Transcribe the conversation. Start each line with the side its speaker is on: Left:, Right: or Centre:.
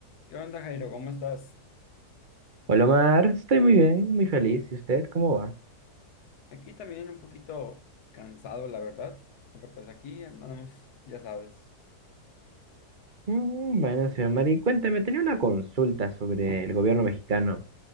Left: ¿Qué onda, Jairo? ¿Cómo estás?
Right: Hola Omar, estoy muy bien, muy feliz. ¿Y usted cómo va?
Left: Aquí también un poquito cansado, la verdad, pero pues aquí andamos, ya sabes.
Right: Mm, bueno, señor Mari, cuénteme, tenía una consulta sobre el gobierno mexicano.